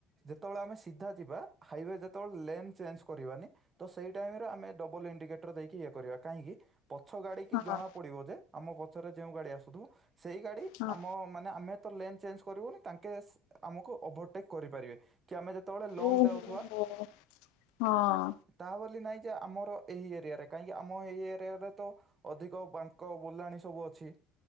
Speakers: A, on the right (about 20°); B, on the left (about 80°).
A: ଯେତେବେଳେ ଆମେ ସିଧା ଯିବା ହାଇୱେ ଯେତେବେଳେ ଲେନ୍ ଚେଞ୍ଜ୍ କରିବାନି ତ ସେଇ ଟାଇମ୍ ରେ ଆମେ ଡବଲ ଇଣ୍ଡିକେଟର୍ ଦେଇକି ଇଏ କରିବା କାହିଁକି ପଛ ଗାଡ଼ି କି
B: ହଁ
A: ଜଣା ପଡ଼ିବ ଯେ ଆମ ପଛରେ ଯେଉଁ ଗାଡ଼ି ଆସୁଥିବ ସେଇ ଗାଡ଼ି
B: ହଁ
A: ଆମ ମାନେ ଆମେ ତ ଲେନ୍ ଚେଞ୍ଜ୍ କରିବୁନି ତାଙ୍କେ ସ୍- ଆମକୁ ଓଭରଟେକ୍ କରିପାରିବେ। କି ଆମେ ଯେତେବେଳେ ଲଙ୍ଗ୍
B: ଓହୋ
A: ଯାଉଥିବା।
B: ହୋ ହଁ
A: ତା ବୋଲି ନାଇଁ ଯେ ଆମର ଏଇ ଏରିଆରେ କାହିଁକି ଆମ ଏଇ ଏରିଆରେ ତ ଅଧିକ ବାନ୍ ଙ୍କ ବୁଲାଣି ସବୁ ଅଛି